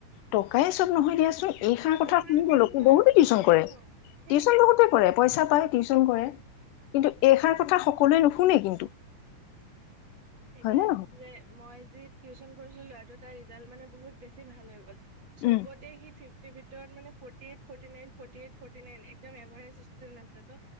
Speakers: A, on the left; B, on the right.
A: টকাই চব নহয় দিয়াচোন এইখন কথা
B: নহয়
A: শুনিবলো
B: নহয়
A: বহুতে টিউশচন
B: নহয়
A: কৰে
B: অ সেইটোৱে
A: টিউশচন বহুতে কৰে পইচা। পায় টিউচন কৰে কিন্তু এইষাৰ কথা সকলোৱে নুশুনে কিন্তু।
B: এতিয়া
A: হয় নে নহয়
B: যে মই যি টিউচন কৰিছিলো ল'ৰাটোত মানে বহুত বেছি ভাল হৈ গবতে
A: উম
B: স ফিফটিৰ ভিতৰত ফৰ এই ফৰ্তী এইত ফটি নাইন একদম এভাৰেজ ষ্টুদেন আছিলে টো